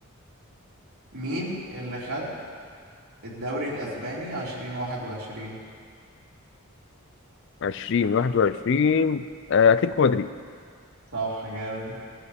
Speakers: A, on the right (about 75°); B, on the left (about 55°).
A: مين اللي خد الدوري الأسباني عشرين واحد وعشرين
B: 20 21 آه، اتلتيكو مدريد
A: صح جامد